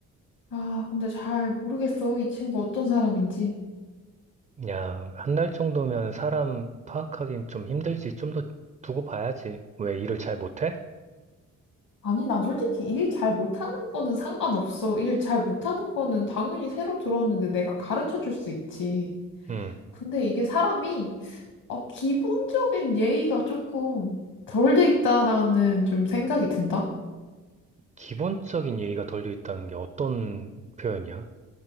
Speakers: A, on the left; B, on the right.
A: 아, 근데 잘 모르겠어. 이 친구 어떤 사람인지.
B: 야, 한 달 정도면 사람 파악하기는 좀 힘들지. 좀 더 두고 봐야지. 왜 일을 잘 못해?
A: 아니, 난 솔직히 일 잘 못하는 거는 상관없어. 일 잘 못하는 거는 당연히 새로 들어왔는데 내가 가르쳐 줄 수 있지.
B: 응.
A: 근데 이게 사람이, 어, 기본적인 예의가 조금 덜 돼 있다라는 좀 생각이 든다?
B: 기본적인 예의가 덜 돼 있다는 게 어떤 표현이야?